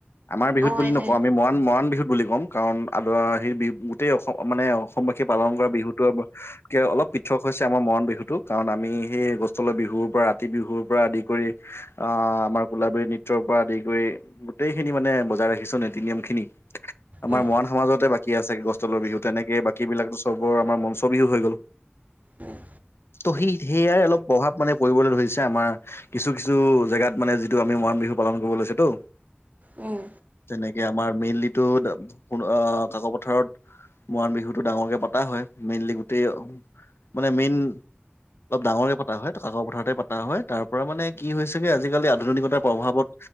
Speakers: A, on the left (about 80°); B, on the right (about 40°).
A: আমাৰ বিহু
B: অ'
A: বুলি
B: এইটোৱে
A: নকওঁ আমি মৰাণ মৰাণ বিহুত বুলি ক'ম। কাৰণ আদ সি বিহু গোটেই অসম মানে অসমবাসীয়ে পালন কৰা বিহুতোকে অলপ পৃথক হৈছে আমাৰ মৰাণ বিহুতটো কাৰণ আমি সেই গছ‌ তলৰ বিহুৰ পৰা ৰাতি বিহুৰ পৰা আদি কৰি আহ, আমাৰ কোলাবলী নৃত্যৰ পৰা আদি কৰি গোটেই খিনি মানে বজাই ৰাখিছ নীতি-নিয়ম খিনি। আমাৰ
B: উম,
A: মৰাণ সমাজতে বাকী আছে গছৰ তলৰ বিহু, তেনেকে বাকী বিলীকৰ চবৰ আমাৰ মঞ্চ বিহু হৈ গ'ল।
B: উম,
A: ত' সেই সেয়াই, অলপ প্ৰভাৱ মানে পৰিবলৈ ধৰিছে আমাৰ কিছু কিছু জেগাত মানে যিটো আমি মৰাণ বিহু পালন কৰিব লৈছেটো।
B: উম।
A: যেনেকে আমাৰ মেইনলিটো কাক' পথাৰত মৰাণ বিহুতটো ডাঙৰকে পতা হয়, মেইনলি গোটেই মানে মেইন অলপ ডাঙৰকে পতা হয়, কাকৰ পথাৰতে পতা হয়, তাৰ পৰা মানে কি হৈছেগে আজিকালি আধুনিকতাৰ প্ৰভাৱত